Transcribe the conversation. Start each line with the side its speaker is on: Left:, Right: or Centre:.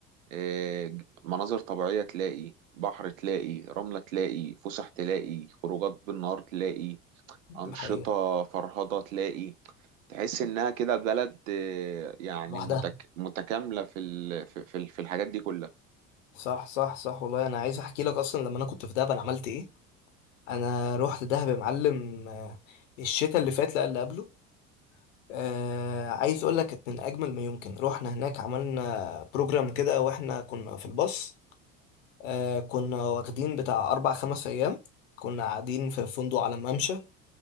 Right: إيه ج- مناظر طبيعية تلاقي بحر تلاقي رملة تلاقي فسح تلاقي خروجات بالنهار تلاقي
Left: دي
Right: أنشطة
Left: حقيقة
Right: فرهضة تلاقي تحس إنها كده بلد آه، يعني
Left: لوحدها
Right: متك... متكاملة في ال... في في في الحاجات دي كلها
Left: صح صح صح والله انا عايز احكي لك اصلا لما انا كنت في دهب انا عملت ايه انا رحت دهب يا معلم آه، الشتاء اللي فات لا اللي قبله آه عايز اقول لك كانت من اجمل ما يمكن رحنا هناك عملنا بروجرام كده واحنا كنا في الباص آه كنا واخدين بتاع اربع خمس ايام كنا قاعدين في فندق على ممشى